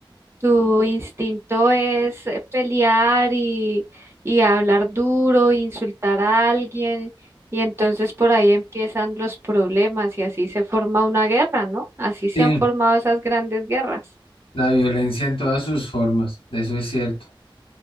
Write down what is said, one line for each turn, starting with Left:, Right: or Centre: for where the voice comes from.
Right: tu instinto es eh, pelear y, y hablar duro, insultar a alguien, y entonces por ahí empiezan los problemas y así se forma una guerra, ¿no? Así se
Left: Sí,
Right: han formado esas grandes guerras.
Left: la violencia en todas sus formas, de eso es cierto.